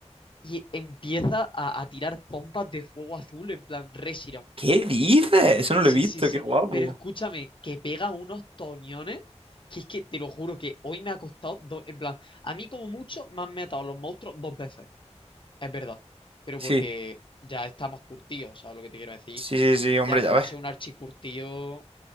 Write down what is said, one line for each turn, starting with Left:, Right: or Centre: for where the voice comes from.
Left: y empieza a, a tirar pompas de fuego azul en plan Reshiram.
Right: ¿Qué dices? Eso
Left: Sí,
Right: no lo he visto,
Left: sí, sí.
Right: qué guapo.
Left: Pero escúchame, que pega unos toñones, que es que te lo juro que hoy me ha costado dos. En plan, a mí como mucho me han matado los monstruos dos veces. Es verdad. Pero
Right: Sí,
Left: porque ya estamos curtidos, ¿sabes lo que te quiero decir?
Right: sí, sí, sí, hombre,
Left: Ya como
Right: ya ves.
Left: no sé, un archicurtío.